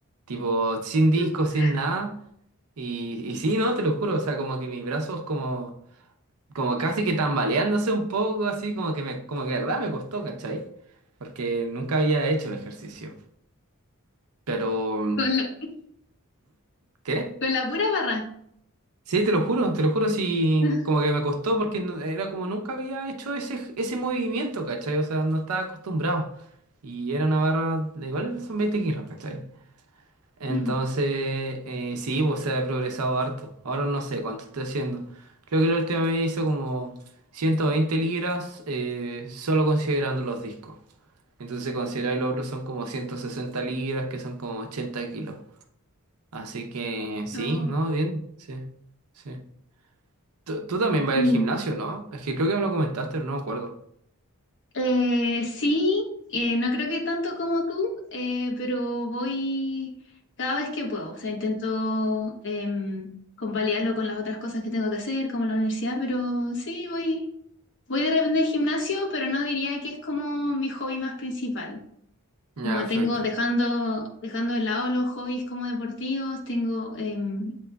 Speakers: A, on the right; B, on the left.
A: Tipo, sin disco,
B: <laughs>
A: sin nada. Y, y sí, ¿no? Te lo juro, o sea, como que mis brazos como, como casi que tambaleándose un poco, así como que me, como que de verdad me costó, ¿cachai? Porque nunca había hecho el ejercicio. Pero, ¿Mm?
B: Con
A: ¿qué?
B: Con la pura barra.
A: Sí, te lo juro, te lo juro, sí,
B: <laughs>
A: como que me costó porque no- era como nunca había hecho ese, ese movimiento, ¿cachai? O sea, no estaba acostumbrado. Y era una barra, de igual son 20 kilos, ¿cachai? Entonces,
B: Mm,
A: eh, sí, pues se ha progresado harto. Ahora no sé cuánto estoy haciendo. Creo que la última vez hizo como 120 libras, eh, solo considerando los discos. Entonces, considerar los otros son como 160 libras, que son como 80 kilos. Así que sí,
B: oh,
A: ¿no? Bien, sí, sí. Tú, tú también vas
B: mm.
A: al gimnasio, ¿no? Es que creo que me lo comentaste, pero no me acuerdo.
B: Eh, sí, eh, no creo que tanto como tú, eh, pero voy cada vez que puedo. O sea, intento em, convalidarlo con las otras cosas que tengo que hacer, como la universidad, pero sí, voy, voy de repente al gimnasio, pero no diría que es como mi hobby más principal.
A: Ya,
B: Como
A: perfecto.
B: tengo, dejando, dejando de lado los hobbies como deportivos, tengo, em,